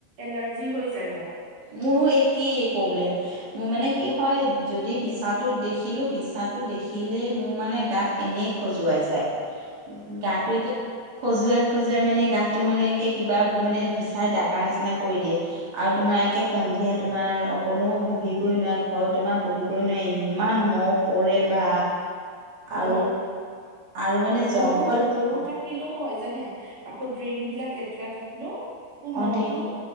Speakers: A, on the right (about 50°); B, on the right (about 85°).
A: এলাৰ্জি হৈ যায় মোৰ।
B: মোৰো একেই প্ৰব্লেম মোৰ মানে। কি হয় যদি বিছাটো দেখিলোঁ বিছাটো দেখিলেই মোৰ মানে গাত এনেই খজুৱাই। যায় গাটো এতিয়া খজুৱাই। খজুৱাই মানে গাটো মানে একে কিবা মানে বিচাই ডাকাৰ নিচিনা কৰি দিয়ে আৰু। তোমাৰ একে সন্ধিয়া তোমাৰ অকণো বহিবই নোৱাৰে ঘৰত তোমাৰ বহিবই নোৱাৰে ইমান মহ। পৰে বা
A: অ
B: আৰু। আৰু মানে
A: গৰু
B: জংঘল
A: গৰু
B: বহুত
A: থাকিলেও হয় জানে। আকৌ ড্ৰেইন বিলাক লেতেৰা থাকিলেও
B: অঁ
A: মহটো
B: দি